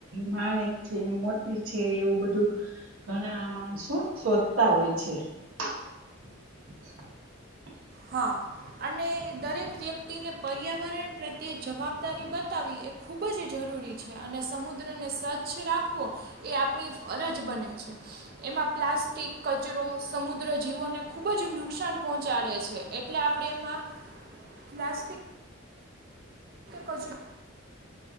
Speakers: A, on the right; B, on the right.
A: માણેક છે. એવું બધું ઘણા માણસો શોધતા હોય છે. <inaudible> <inaudible>
B: હા અને દરેક વ્યક્તિને પર્યાવરણ પ્રત્યે જવાબદારી બતાવી એ ખૂબ જ જરૂરી જરુરી છે અને સમુદ્રને સ્વચ્છ રાખવો એ આપણી ફરજ બને છે એમાં પ્લાસ્ટિક કચરો સમુદ્ર જીવોને ખૂબજ નુકસાન પહોંચાડે છે એટલે આપણે એમાં પ્લાસ્ટિક તે કચરો